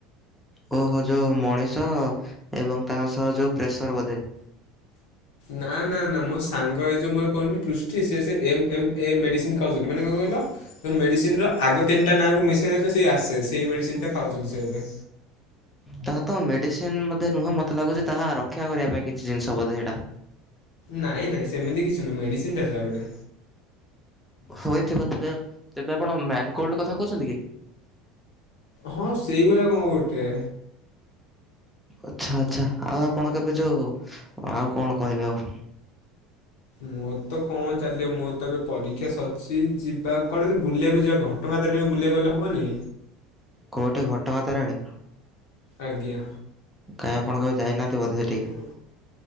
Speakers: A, in the centre; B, on the left (about 80°).
A: ଓହୋ। ଯୋଉ ମଣିଷ ଏବଂ ତା ସହ ଯୋଉ ପ୍ରେସର ବୋଧେ!
B: ନା, ନା, ନା। ମୋ ସାଙ୍ଗ ଏ ଯୋଉ ମୋର କହୁନଥିଲି? ପୃଷ୍ଟି। ସିଏ ସେ ଏମ୍ ଏମ୍ ଏ ମେଡ଼ିସିନ୍ ଖାଉଛନ୍ତି। ମାନେ କଣ କହିଲ? ମେଡିସିନ ର ଆଗ ତିନିଟା ନା କୁ ମିଶାଇ ଦେଲେ ସେ ଆସେ। ସେଇ ମେଡିସିନ ଟା ଖାଉଛନ୍ତି ସେ ଏବେ।
A: ତାହା ତ ମେଡିସିନ ବୋଧେ ନୁହଁ। ମତେ ଲାଗୁଛି, ତାହା ରକ୍ଷା କରିବା ପାଇଁ କିଛି ଜିନିଷ ବୋଧେ ସେଇଟା!
B: ନାଇଁ ନାଇଁ, ସେମିତି କିଛି ନୁହେଁ, ମେଡିସିନ ଟା ଗୁଟେ।
A: ହୋଇଥିବ ତେବେ। ତେବେ ଆପଣ ମ୍ୟାନକୋଲ୍ଡ କଥା କହୁଛନ୍ତି କି?
B: ହଁ, ସେଇଭଳିଆ କଣ ଗୋଟେ?
A: ଆଚ୍ଛା ଆଚ୍ଛା। ଆଉ ଆପଣ କେବେ ଯୋଉ ଆଉ କଣ କହିବେ ଆଉ?
B: ମୋର ତ କଣ ଚାଲିବ ମୋର ତ ଏବେ ପରୀକ୍ଷା ସଚଛି। ଯିବା କଣ ବୁଲିବାକୁ ଯିବା କହ? ଟଙ୍କାଧରି ବୁଲିଆକୁ ଗଲେ ହେବନି?
A: କେଉଁଠି? ଘଟଗାଁ ତାରିଣୀ?
B: ଆଜ୍ଞା।
A: କାଇଁ ଆପଣ କେବେ ଯାଇହାନ୍ତି ବୋଧେ ସେଠିକି?
B: ନା।